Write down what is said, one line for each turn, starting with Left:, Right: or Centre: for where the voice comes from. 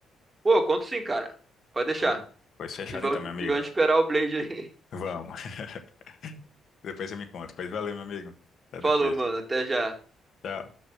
Right: Pô, eu conto sim, cara. Pode deixar.
Left: Pô, Pois fechado
Right: E vamos,
Left: então, meu amigo.
Right: e vamos esperar o Blade aí. <laughs>
Left: Vamos. <laughs> Depois você me conta. Pois valeu, meu amigo. Até
Right: Falou,
Left: depois.
Right: mano. Até já.
Left: Tchau.